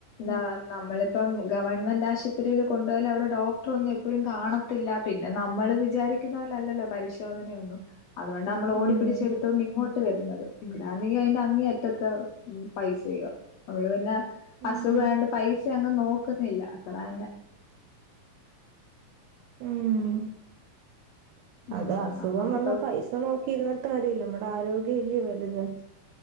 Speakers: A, on the left (about 80°); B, on the right (about 80°).
A: ന്താ നമ്മളിപ്പം ഗവൺമെന്റ് ആശുത്രില് കൊണ്ടു യാല് അവിടെ ഡോക്ടറൊന്നും എപ്പോഴും കാണത്തില്ല പിന്നെ നമ്മൾ വിചാരിക്കുന്ന അ ലല്ലല്ലോ പരിശോധനയൊന്നും അതുണ്ട് നമ്മള്
B: ഉം
A: ഓടിപിടിച്ചെടുത്തോണ്ട് ഇങ്ങോ ട്ട് വര്ന്നത് ഇവിടാന്നെ അയിന്റെ അങ്ങി അറ്റത്ത് പൈസയോ അവള് പിന്നെ
B: ഉം
A: അസുഖായൊണ്ട് പൈസ അങ്ങ് നോ ക്കുന്നില്ല അത്രന്നെ
B: ഉം
A: ഉം
B: അത് അസുഖം
A: നമ്മക്കിപ്പോ
B: വന്ന പൈസ നോക്കി ഇരിന്നിട്ട് കാര്യല്ല നമ്മടെ ആരോഗ്യം ഇല്യ വ തന്നെ